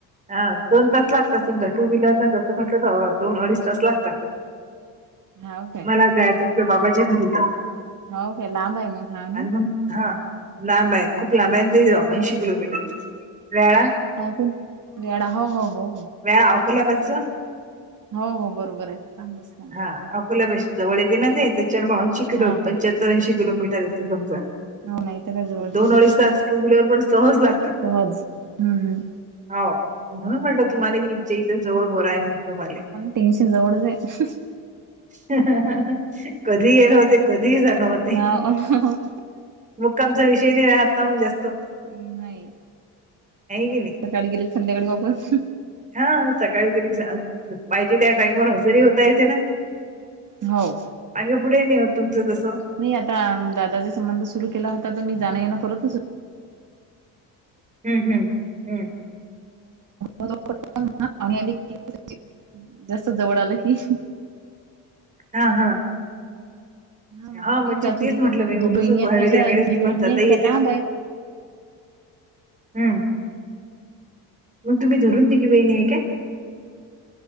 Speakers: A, on the right (about 20°); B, on the right (about 50°).
A: हा दोन तास लागतात समजा टू व्हीलरला जातो म्हटलं तर दोन अडीच तास लागतात.
B: हाव काय
A: मला जायचंच बाबाजी घरी तर
B: हो काे? लांब आहे मग हा ना
A: आणि मग हा लांब आहे खूप लांब आहे ते जाऊ ऐंशी किलोमीटर. हे वेळा
B: हा कोण वेडा हो हो हो
A: वेळा अकोल्या बचं
B: हो हो बरोबर आहे चांगलंच काम
A: हा अकोल्यापशी जवळ येेते ना ते त्याच्याार बवऐंशीिो
B: हा हा
A: पंच्याहत्तर ऐंशी किलोीटर येथे समजा
B: हो नाही तर काय जवळ
A: दोन
B: जवळ
A: अडीच तास टू व्हीलर व सहज लागतात.
B: सहज हम्म हम्म
A: हो म्हणून म्हटलं तुम्हाला हिच्या इथं जवळ बर आहे. म्हण तुम्हाला
B: टेनशन जवळचं आहे हम्म
A: ह ह कधी ये न होते कधीही जाण हो्हते
B: हा
A: मुक्कामचा विषय नाही राहत नाऊन जास्तो
B: म् नाही
A: की नाही.
B: सकाळी गेले संध्याकाळी वापस
A: हा सकाळी कधी पाहिजे त्या टाईमर हजेरी होता. येता ना
B: हो
A: मागे पुढे नाही होत तुमचं तसं
B: नाही आता दादाचा संबंध सुरु केला होता. तर मी जाण येण करतच होते
A: हम्म हम्म हम्म
B: पा आली क जास्त जवळ आलं की
A: हा हा
B: मग
A: हा म्हणजे
B: मीच जात होती
A: तेच म्हटलं
B: त्या
A: मी मग
B: दोन बहिणी
A: कसं पावे
B: आहेत माझ्या
A: त्या वेळेस
B: आणि जी बहिणी
A: मग जाताही
B: आहे त्या
A: येते
B: लांब
A: ना मग
B: आहेत
A: हमम मग तुम्ही धरून तघी बहिणी आहे का?